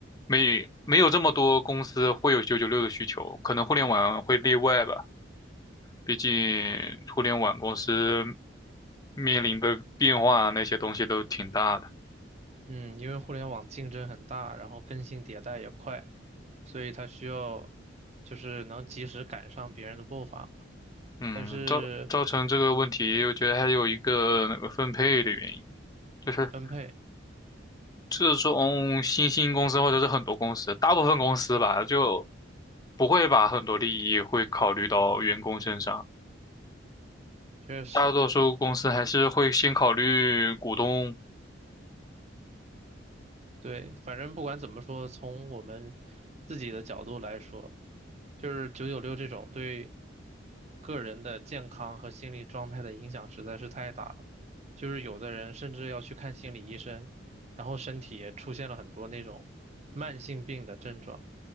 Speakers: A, on the left; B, on the right.
A: 没没有这么多公司会有九九六的需求，可能互联网会例外吧，毕竟互联网公司面临的变化那些东西都挺大的。
B: 嗯，因为互联网竞争很大，然后更新迭代也快，所以它需要就是能及时赶上别人的步伐。
A: 嗯，
B: 但是
A: 造造成这个问题，我觉得还有一个那个分配的原因。就是
B: 分配
A: 这种新兴公司或者是很多公司，大部分公司吧，就不会把很多利益会考虑到员工身上，
B: 确实，
A: 大多数公司还是会先考虑股东。
B: 对，反正不管怎么说，从我们自己的角度来说，就是九九六这种对个人的健康和心理状态的影响实在是太大了。就是有的人甚至要去看心理医生，然后身体也出现了很多那种慢性病的症状。